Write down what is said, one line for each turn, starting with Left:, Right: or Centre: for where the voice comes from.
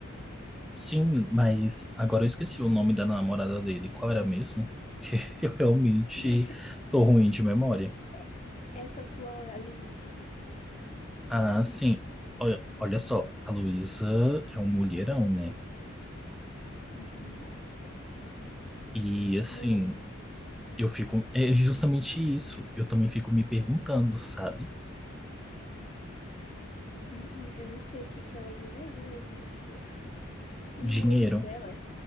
Centre: Sim, mas agora eu esqueci o nome da namorada dele. Qual era mesmo? <laughs> Eu realmente
Left: <laughs>
Centre: tô ruim de memória.
Left: É, Essa atual é a Luísa.
Centre: Ah, sim. Olha, olha só, a Luísa é um mulherão, né?
Left: Uhum.
Centre: E assim,
Left: Eu não, s-
Centre: eu fico. É justamente isso. Eu também fico me perguntando, sabe?
Left: Uhum, Eu não sei o que que ela viu nele mesmo, tipo.
Centre: Dinheiro.
Left: E o ex dela?